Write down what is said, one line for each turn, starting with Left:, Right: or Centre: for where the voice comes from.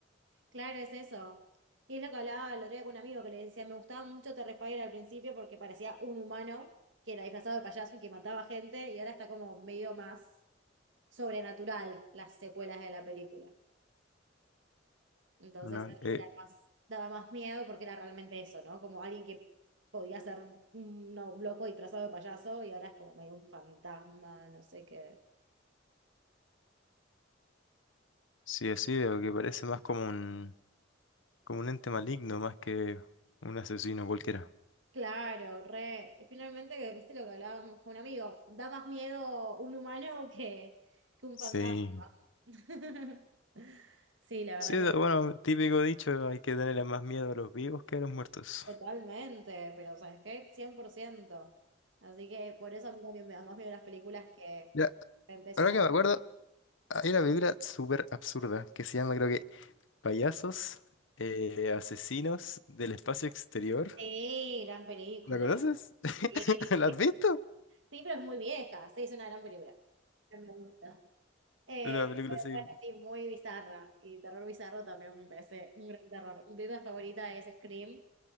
Right: Claro, es eso. Y es lo que hablaba el otro día con un amigo que le decía, me gustaba mucho Terrifier al principio porque parecía un humano que era disfrazado de payaso y que mataba gente y ahora está como medio más sobrenatural las secuelas de la película. Entonces
Left: No,
Right: antes
Left: eh,
Right: era más, daba más miedo porque era realmente eso, ¿no? Como alguien que podía ser un no, loco disfrazado de payaso y ahora es como medio un fantasma, no sé qué.
Left: sí, así veo que parece más como un, como un ente maligno, más que un asesino cualquiera.
Right: Claro, re. Y finalmente, ¿viste lo que hablábamos con un amigo? Da más miedo un humano que, que un
Left: Sí.
Right: fantasma. <laughs> Sí, la verdad
Left: Sí,
Right: que
Left: da- bueno, típico dicho, hay que tenerle más miedo a los vivos que a los muertos.
Right: totalmente, pero ¿sabes qué? cien por ciento Así que por eso a mí también me da más miedo las películas que de
Left: Ya,
Right: repente es
Left: ahora
Right: una...
Left: que me acuerdo, Hay una película súper absurda que se llama, creo que, Payasos eh, Asesinos del Espacio Exterior.
Right: Sí, gran película.
Left: ¿La conoces? <laughs>
Right: Sí.
Left: ¿La has visto?
Right: Sí, pero es muy vieja. Sí, es una gran película. Pero Me gusta. Eh,
Left: Una película
Right: pero
Left: así.
Right: bueno, sí, muy bizarra. Y terror bizarro también me parece un gran terror. Mi película favorita es Scream